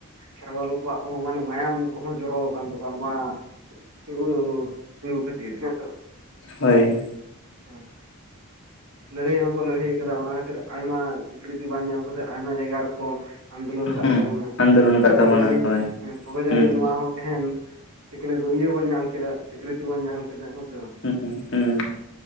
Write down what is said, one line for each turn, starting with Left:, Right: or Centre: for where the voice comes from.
Right: ᱠᱷᱮᱨᱣᱟᱞ ᱠᱚᱣᱟᱜ ᱦᱚᱸ ᱢᱟᱱᱮ ᱢᱟᱭᱟᱢ ᱠᱚᱦᱚᱸ ᱡᱚᱨᱚ ᱟᱠᱟᱱ ᱛᱟᱠᱚᱣᱟ ᱱᱚᱣᱟ <unintelligible> ᱠᱷ ᱛᱮᱥ
Left: ᱦᱳᱭ
Right: ᱦᱮᱸ ᱞᱟᱹᱲᱦᱟᱹᱭ ᱦᱚᱸᱠᱚ ᱞᱟᱹᱲᱦᱟᱹᱭ ᱟᱠᱟᱫᱟ ᱚᱱᱟ ᱠᱷᱟᱹᱛᱤᱨ ᱟᱭᱢᱟ ᱥᱤᱠᱨᱤᱛᱤ ᱵᱟᱝ ᱧᱟᱢ ᱠᱟᱛᱮᱫ ᱟᱭᱢᱟ ᱡᱟᱭᱜᱟ ᱨᱮᱠᱚ ᱟᱱᱫᱳᱞᱚᱱ ᱟᱠᱟᱫ
Left: ᱦᱩᱸ
Right: ᱛᱟᱵᱚᱱᱟ
Left: ᱟᱱᱫᱳᱞᱚᱱ ᱠᱟᱜ
Right: ᱛᱚᱵᱮ
Left: ᱛᱟᱵᱚᱱᱟ
Right: ᱡᱟᱹᱱᱤᱡ
Left: ᱦᱳᱭ
Right: ᱛᱚᱵᱮ ᱡᱟᱹᱱᱤᱡ
Left: ᱦᱩᱸ
Right: ᱱᱚᱣᱟ ᱦᱚᱸ ᱛᱟᱦᱮᱱ ᱥᱤᱠᱷᱱᱟᱹᱛ ᱫᱚ ᱤᱭᱟᱹ ᱵᱚᱱ ᱧᱟᱢ ᱠᱮᱫᱟ ᱥᱤᱠᱨᱤᱛᱤ ᱵᱚᱱ ᱧᱟᱢ ᱠᱮᱫᱟ ᱦᱮᱸ ᱥᱮ ᱵᱟᱝ
Left: ᱦᱩᱸ ᱦᱩᱸ,